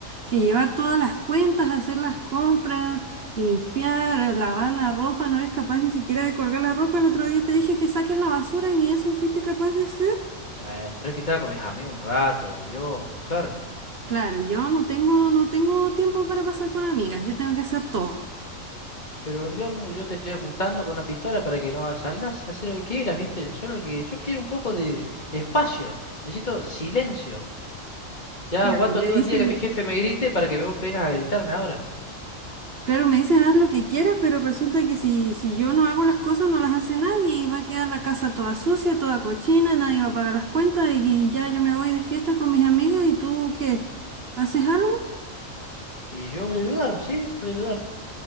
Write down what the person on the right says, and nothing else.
que llevar todas las cuentas, hacer las compras, limpiar, lavar la ropa. No eres capaz ni siquiera de colgar la ropa. El otro día te dije que saques la basura y ni eso fuiste capaz de hacer.
Claro, yo no tengo, no tengo tiempo para pasar con amigas. Yo tengo que hacer todo.
Claro,
me
dice.
Claro, me dices haz lo que quieras, pero resulta que si, si yo no hago las cosas, no las hace nadie y va a quedar la casa toda sucia, toda cochina, nadie va a pagar las cuentas y, y ya yo me voy de fiesta con mis amigas y tú ¿qué? ¿Haces algo?